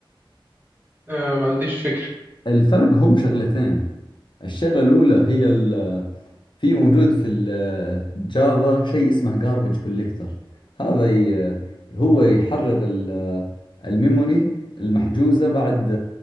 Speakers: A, on the right; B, on the left.
A: آه ما عنديش فكرة
B: الفرق هم شغلتين الشغلة الأولى هي في موجود في الجافا شيء اسمه garbage collector هذا ي- هو يحرر ال- الميموري المحجوزة بعد